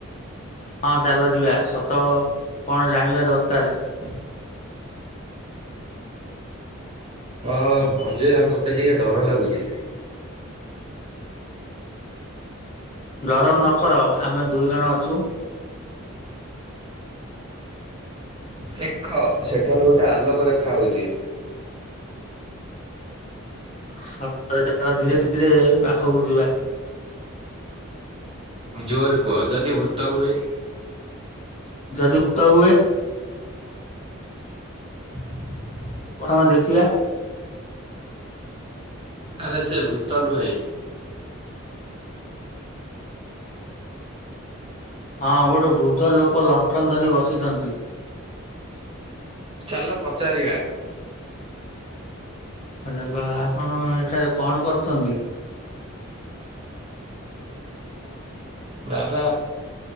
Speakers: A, on the left; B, on the right.
A: ହଁ ଚାଲ ଯିବା ସତ କଣ ଜାଣିବା ଦରକାର।
B: ହଁ ଅ ହ ଅଜୟ ମତେ ଟିକେ ଡର ଲାଗୁଛି।
A: ଡର ନ କର ଆମେ ଦୁଇ ଜଣ ଅଛୁ।
B: ଦେଖ ସେଠାରେ ଗୋଟେ ଆଲୋକ ଦେଖା ହଉଛି।
A: ସତ ଚାଲ ଧୀରେ ଧୀରେ ପାଖକୁ ଯିବା।
B: ଜୋର କୁହ ଯଦି ଭୂତ ହୁଏ।
A: ଯଦି ଭୂତ ହୁଏ।
B: ତା
A: ମେ ଦେଖିବା
B: ଆରେ ସେ ଭୂତ ନୁହେଁ।
A: ହଁ ଗୋଟେ ବୃଦ୍ଧ ଲୋକ ଲଣ୍ଟନ ଧରି ବସିଛନ୍ତି।
B: ଚାଲ ପଚାରିବା
A: ଆଛା ବାବା ଆପଣ ଏଠାରେ କଣ କରୁଛନ୍ତି?
B: ବାବା